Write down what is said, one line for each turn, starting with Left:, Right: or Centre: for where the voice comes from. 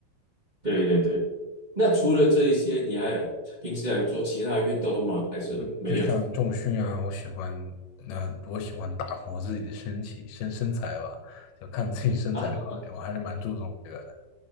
Right: 对对对。那除了这一些，你还有平时还有做其他的运动吗？还是没有？
Left: 嗯，就像重训啊，我喜欢那我喜欢打磨自己的身体身身材吧，就看自己身材好一点，
Right: <laughs> 啊，
Left: 我还是蛮注重这个的。